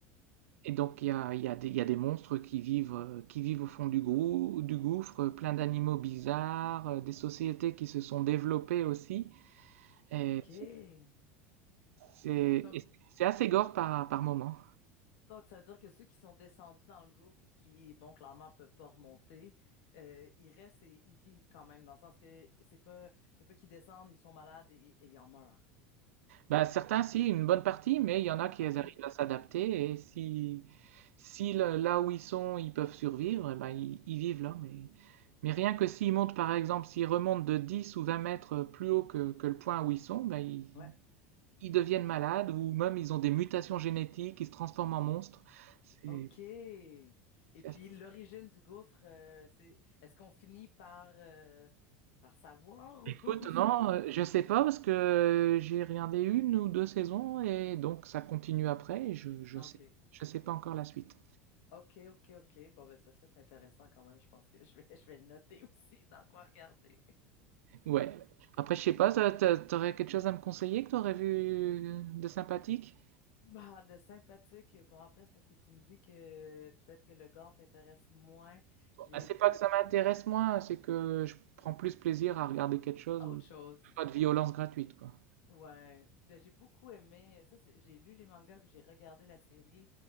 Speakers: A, on the right (about 80°); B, on the left (about 65°).
A: Et donc il y a, il y a des, il y a des monstres qui vivent, qui vivent au fond du, grou- du gouffre, plein d'animaux bizarres, euh, des sociétés qui se sont développées aussi. Et
B: ok.
A: c'est, c'est-
B: Donc,
A: et c'est assez gore par, par moment.
B: donc, ça veut dire que ceux qui sont descendus dans le gouffre et qui, bon, clairement, peuvent pas remonter, euh, ils restent et ils vivent quand même, dans le sens que c'est pas, c'est pas qu'ils descendent, ils sont malades et, et ils en meurent.
A: Ben certains, si, une bonne partie, mais il y en a qui
B: Ok?
A: arrivent à s'adapter et si, si le- là où ils sont, ils peuvent survivre, eh ben, ils, ils vivent là. Mais, mais rien que s'ils montent, par exemple, s'ils remontent de 10 ou 20 mètres plus haut que, que le point où ils sont, ben ils,
B: Ouais.
A: ils deviennent malades ou même ils ont des mutations génétiques, ils se transforment en monstres. C'est,
B: OK. Et
A: c'est
B: puis
A: assez-
B: l'origine du gouffre, euh, c'est est-ce qu'on finit par, euh, par savoir
A: Écoute,
B: <laughs> ou
A: non,
B: ça reste?
A: euh, je sais pas parce que j'ai regardé une ou deux saisons et donc ça continue après et je, je
B: Ah,
A: sais,
B: OK.
A: je sais pas encore la suite.
B: OK, OK, OK. Bon, ben ça, ça c'est intéressant quand même. Je pense que je vais, je vais le noter <laughs> aussi dans quoi regarder.
A: Ouais. Après, je sais pas, t'as- t'as- t'aurais quelque chose à me conseiller que t'aurais vu de sympathique?
B: Bah, de sympathique. Bon, après, c'est parce que tu me dis que peut-être que le gore t'intéresse moins. J'ai
A: Ah, C'est
B: beaucoup
A: pas que ça m'intéresse moins, c'est que je prends plus plaisir à regarder quelque chose
B: autre
A: où il y
B: chose.
A: a pas de violence gratuite, quoi.
B: Ouais, Ben, j'ai beaucoup aimé. Ça, c'est- j'ai lu les mangas puis j'ai regardé la série.